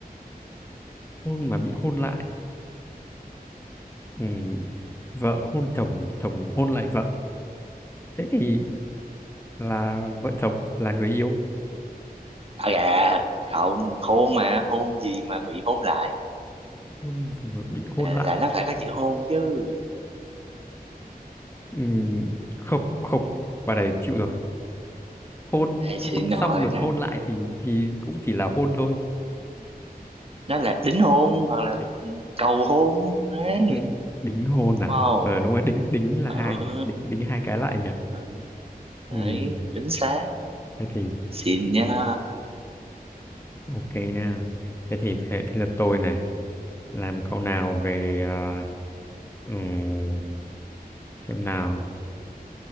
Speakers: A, on the left; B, on the right.
A: hôn mà bị hôn lại ừ. vợ hôn chồng chồng hôn lại vợ thế thì là vợ chồng là người yêu
B: à gà không hôn mà hôn gì mà bị hôn lại
A: hôn gì mà bị hôn
B: à,
A: lại
B: là nó phải có chữ hôn chứ
A: Ừm, không không bà này chịu rồi hôn
B: Ê, chị
A: hôn
B: nội
A: xong được
B: đó
A: hôn lại thì thì cũng chỉ là hôn thôi
B: nó là đính hôn hoặc là
A: đính,
B: ừ, cầu hôn đấy
A: ừm, đính hôn à
B: wow
A: ờ đúng rồi đính đính là
B: ừ,
A: hai nhỉ đính đính hai cái lại nhỉ
B: ừ. đấy
A: Ừm,
B: chính xác
A: thế thì
B: xin
A: thế
B: nha
A: thì ok nha thế thì thế thế là tôi này làm câu nào về ờ, ừm, xem nào